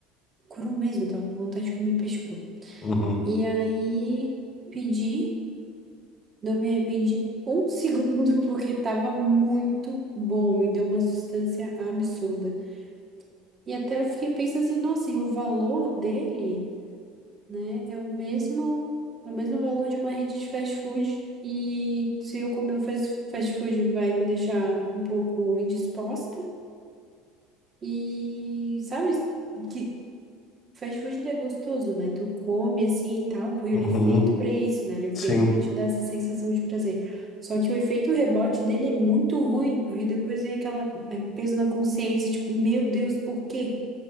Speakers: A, on the right; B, on the left.
A: cru mesmo, eu tava com vontade de comer peixe cru.
B: Uhum,
A: E aí pedi, não me arrependi um segundo, <laughs> porque tava muito bom e deu uma sustância absurda. E até eu fiquei pensando assim, nossa, e o valor dele, né, é o mesmo, é o mesmo valor de uma rede de fast food. E se eu comer o fast fast food vai me deixar um pouco indisposta. E sabe que fast food ele é gostoso, né? Tu come assim e tal, porque
B: uhum,
A: ele é feito pra isso, né? Ele é feito
B: sim.
A: pra te dar essa sensação de prazer. Só que o efeito rebote dele é muito ruim, porque depois vem aquela eh, peso na consciência, tipo, meu Deus, por quê?